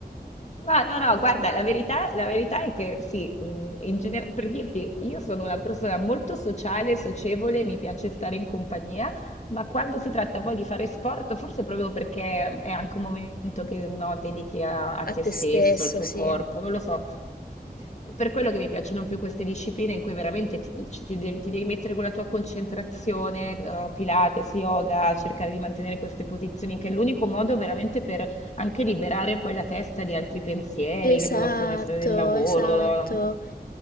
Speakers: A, on the left; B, on the left.
A: no, no, no, guarda, la verità, la verità è che sì, mm, in genere- per dirti, io sono una persona molto sociale, socievole, mi piace stare in compagnia, ma quando si tratta poi di fare sport, forse proprio perché è anche un momento che no, dedichi a a te
B: A te
A: stesso,
B: stesso,
A: al tuo
B: sì.
A: corpo, non lo so. È per quello che mi piacciono più queste discipline in cui veramente ti, ci- ti devi, ti devi mettere con la tua concentrazione, eh, Pilates, yoga, cercare di mantenere queste posizioni, che è l'unico modo veramente per anche liberare poi la testa di altri pensieri
B: Esatto,
A: che possono essere del lavoro.
B: esatto.